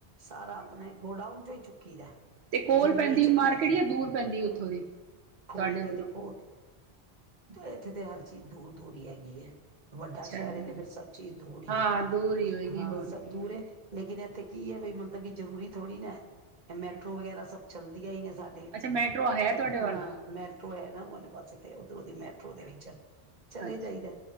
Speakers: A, on the right (about 45°); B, on the right (about 80°).
A: ਸਾਰਾ
B: ਹੂੰ,
A: ਆਪਣੇ ਗੋਡਾਊਨ ਚੋਂ ਹੀ ਚੁੱਕ ਕੀ ਦਾ,
B: ਤੇ ਕੋਲ
A: ਜੇ
B: ਪੈਂਦੀ
A: ਵੇਚਣਾ
B: ਮਾਰਕੀਟ
A: ਹੋਏ ਤੇ
B: ਜਾਂ ਦੂਰ ਪੈਂਦੀ ਉੱਥੋਂ ਦੀ
A: ਕੋਈ
B: ਤੁਹਾਡੇ
A: ਨੀ
B: ਵੱਲੋਂ,
A: ਦੇਖੋ ਇੱਥੇ ਤੇ ਹਰ ਚੀਜ਼ ਦੂਰ-ਦੂਰ ਹੀ ਹੈਗੀ ਹੈ। ਵੱਡਾ,
B: ਅੱਛਾ
A: ਸ਼ਹਿਰੇ
B: ਦੂਰ
A: ਤੇ ਫਿਰ ਸਭ ਚੀਜ਼ ਦੂਰ ਹੀ
B: ਹਾਂ
A: ਹੈ
B: ਦੂਰ ਹੀ ਹੋਏਗੀ
A: ਹਾਂ
B: ਹੋਰ
A: ਸਭ
B: ਕੀ
A: ਦੂਰ ਐ, ਲੇਕਿਨ ਇੱਥੇ ਕੀ ਹੈ ਬ ਮਤਲਬ ਕਿ ਜ਼ਰੂਰੀ ਥੋੜ੍ਹੀ ਨਾ, ਇਹ ਮੈਟਰੋ
B: ਹਮ
A: ਵਗੈਰਾ ਸਭ ਚੱਲਦੀਆਂ ਹੀ ਨੇ, ਸਾਡੇ
B: ਅੱਛਾ ਮੈਟਰੋ ਹੈ ਤੁਹਾਡੇ ਵੱਲ
A: ਹਾਂ ਮੈਟਰੋ ਹੈ ਨਾ ਉਹ ਵਾਲੇ ਪਾਸੇ ਤੇ, ਇਧਰੋਂ ਦੀ ਮੈਟਰੋ ਦੇ ਵਿੱਚ ਚਲੇ
B: ਅੱਛਾ
A: ਜਾਈਦਾ